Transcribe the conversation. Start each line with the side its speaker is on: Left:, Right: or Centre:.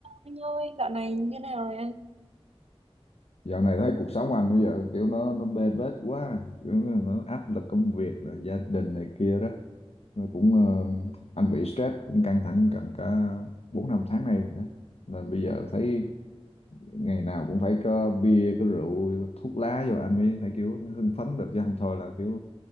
Right: Anh ơi, dạo này như nào rồi anh?
Left: dạo này thấy cuộc sống anh bây giờ kiểu nó nó bê bết quá nè kiểu nó áp lực công việc rồi gia đình này kia đó nó cũng ờ, anh bị stress cũng căng thẳng gần cả bốn năm tháng nay rồi đó nên bây giờ thấy ngày nào cũng phải có bia có rượu thuốc lá vô anh mới thấy kiểu hưng phấn được chứ không thôi là kiểu